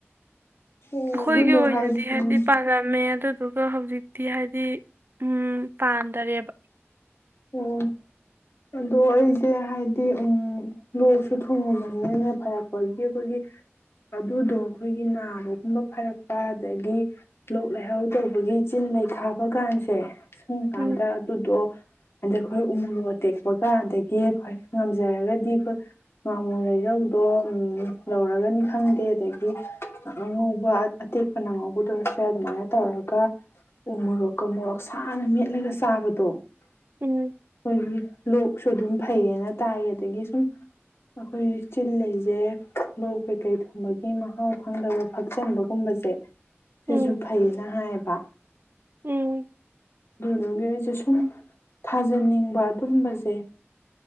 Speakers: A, on the left; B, on the right.
A: ꯑꯣ
B: ꯑꯩꯈꯣꯏꯒꯤ
A: ꯑꯗꯨꯗꯣ
B: ꯑꯣꯏꯅꯗꯤ
A: ꯍꯥꯏ ꯎꯝ
B: ꯍꯥꯏꯕꯗꯤ ꯄꯥꯜꯂꯝꯃꯦ ꯑꯗꯨꯗꯨꯒ ꯍꯧꯖꯤꯛ ꯛꯇꯤ ꯍꯥꯏꯗꯤ ꯎꯝ ꯄꯥꯟꯗꯔꯦꯕ
A: ꯑꯣ ꯑꯗꯣ ꯑꯩꯁꯦ ꯍꯥꯏꯗꯤ ꯎ ꯂꯣꯛꯁꯨ ꯊꯣꯡꯉꯕꯅꯤꯅꯅꯦ ꯐꯔꯛꯄꯒꯤ ꯑꯩꯈꯣꯏꯒꯤ ꯑꯗꯨꯗꯣ ꯑꯩꯈꯣꯏꯒꯤ ꯅꯥꯕꯒꯨꯝꯕ ꯐꯔꯛꯄ ꯑꯗꯒꯤ ꯂꯣꯛ ꯂꯩꯍꯧ ꯇꯧꯕꯒꯤ ꯆꯤꯟ ꯂꯩꯈꯥꯕ ꯀꯥꯟꯁꯦ ꯁꯨꯝ ꯀꯥꯟꯗ
B: ꯎꯝ
A: ꯑꯗꯨꯗꯣ ꯑꯗꯩ ꯑꯩꯈꯣꯏ ꯎ ꯃꯣꯔꯣꯛ ꯑꯇꯦꯛꯄꯒ ꯑꯗꯒꯤ ꯑꯩꯈꯣꯏ ꯉꯝꯖꯔꯒꯗꯤ ꯑꯩꯈꯣꯏ ꯉꯥꯃꯨ ꯂꯩꯔꯧꯗꯣ ꯂꯧꯔꯒꯅꯤ ꯈꯪꯗꯦ ꯑꯗꯒꯤ ꯑꯉꯧꯕ ꯑꯇꯦꯛꯄꯅꯉꯧꯕꯗ ꯑꯣꯏꯔꯁꯨ ꯑꯗꯨꯃꯥꯏꯅ ꯇꯧꯔꯒ ꯎ ꯃꯣꯔꯣꯛꯀ ꯃꯣꯔꯣꯛ ꯁꯥꯅ ꯃꯦꯠꯂꯒ ꯆꯥꯕꯗꯣ
B: ꯎꯝ
A: ꯍꯣꯏ ꯂꯣꯛꯁꯨ ꯑꯗꯨꯝ ꯐꯩꯌꯦꯅ ꯇꯥꯏ ꯑꯗꯒꯤ ꯁꯨꯝ ꯑꯩꯈꯣꯏ ꯆꯤꯜꯂꯁꯦ ꯂꯣꯛ ꯀꯩꯀꯩ ꯊꯨꯝꯕꯒꯤ ꯃꯍꯥꯎ ꯈꯪꯗꯕ ꯐꯛꯆꯟꯕꯒꯨꯝꯕꯁꯦ ꯁꯤꯁꯨ
B: ꯎꯝ
A: ꯐꯩꯌꯦꯅ ꯍꯥꯏꯌꯦꯕ
B: ꯎꯝ
A: ꯍꯒꯦ ꯆꯦ ꯁꯨꯝ ꯊꯥꯖꯅꯤꯡꯕ ꯑꯗꯨꯝꯕꯁꯦ